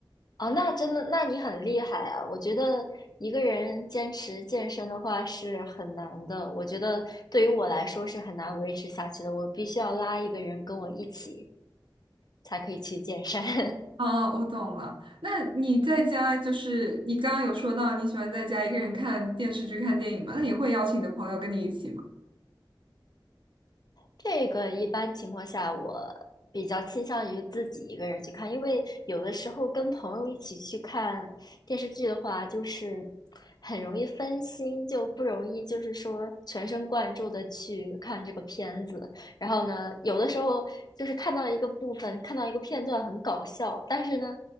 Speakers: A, on the left; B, on the right.
A: 哦，那真的，那你很厉害啊！我觉得一个人坚持健身的话是很难的，我觉得对于我来说是很难维持下去的，我必须要拉一个人跟我一起才可以去健身。<laughs>
B: 哦，我懂了。那你在家就是你刚刚有说到你喜欢在家一个人看电视剧、看电影嘛？那你会邀请你的朋友跟你一起吗？
A: 这个一般情况下，我比较倾向于自己一个人去看，因为有的时候跟朋友一起去看电视剧的话，就是很容易分心，就不容易就是说全神贯注的去看这个片子。然后呢，有的时候就是看到一个部分，看到一个片段很搞笑，但是呢，